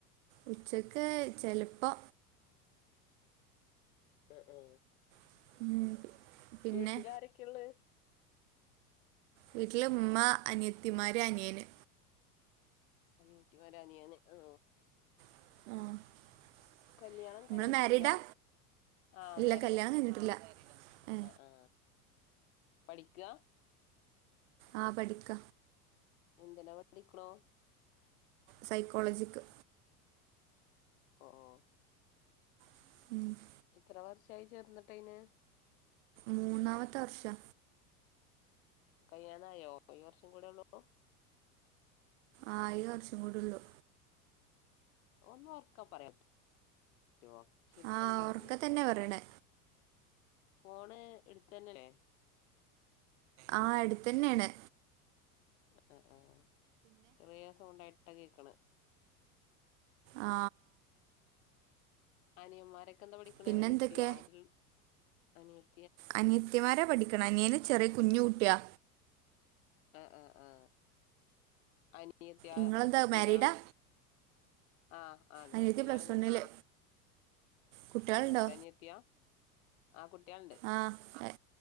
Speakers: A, on the right (about 50°); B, on the left (about 65°).
A: ഉച്ചക്ക് ചെലപ്പോ.
B: അ ആ.
A: <inaudible> പിന്നെ
B: വീട്ടുലാരൊക്കെയുള്ളെ.?
A: വീട്ടില് മ്മ അനിയത്തിമാര് അനിയന്.
B: അനിയത്തിമാര് അനിയന് ആ.
A: <inaudible>
B: കല്യാണം
A: നിങ്ങള്
B: കഴിഞ്ഞിട്ടില്ലാ
A: മാരീഡാ
B: ആ
A: ഇല്ല
B: മാരിഡാ.
A: കല്യാണം കഴിഞ്ഞിട്ടില്ല ഏ
B: അ ആ പഠിക്കാ.?
A: ആ പഠിക്ക.
B: എന്തിനാ പട്ടിക്ണു.
A: സൈക്കോളജിക്ക്.
B: ഒ ഓ.
A: <inaudible>
B: എത്ര വർഷായി ചേർന്നിട്ടയ്ന്?
A: മൂന്നാമത്തെ വർഷാ.
B: കയ്യാനായോ ഈ വർഷം കൂടെ ഒള്ളോ.?
A: ആ ഈ വർഷംകൂടി ഒള്ളു.
B: ഒന്ന് ഓർക്ക പറയാൻ പറ്റോ, ശെരിക്കണ്ട്
A: ആഹ്
B: കേക്ക്ണില്ല.
A: ഓർക്ക തന്നെ പറയണേ
B: ഫോണ് എടുത്തെന്ല്ലേ.?
A: ആ എടുത്തന്നേണ്.
B: അ അ ആ ചെറിയ സൗണ്ടായിട്ട കേക്കണ. <inaudible>
A: ആ
B: അനിയന്മാരൊക്കെ എന്താ പഠിക്ക്ണെ.
A: പിന്നെന്തൊക്കെ
B: അനിയത്തിയോ, അതുൽ, അനിയത്.
A: അനിയത്തിമാര പഠിക്കണ, അനിയന് ചെറിയ കുഞ്ഞു കുട്ടിയാ.
B: ആ ആആ അന്. നിയത്യാ
A: ഇങ്ങളെന്താ
B: <unintelligible>
A: മാരീഡാ
B: ആഹ് ആണ്
A: അനിയത്തി
B: കല്യാണം
A: പ്ലസ്
B: കഴിഞ്ഞിണ്ട്.
A: വണ്ണില് കുട്ടികളുണ്ടോ
B: ആ അനിയത്തിയ. ആ കുട്ടിയാൾണ്ട്.
A: ആഹ്